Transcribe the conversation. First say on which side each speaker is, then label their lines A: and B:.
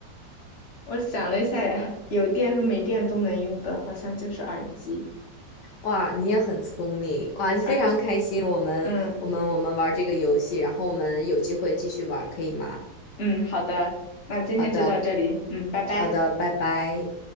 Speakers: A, on the left; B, on the left.
A: 我想了一下，有电和没电都能用的，好像就是耳机。
B: 哇，你也很聪明，哇，非常开心，
A: 耳机，
B: 我们我们我们玩这个游戏，
A: 嗯
B: 然后我们有机会继续玩，可以吗？
A: 嗯，好的，那今天就到这里，
B: 好的，
A: 嗯，拜拜。
B: 好的，拜拜。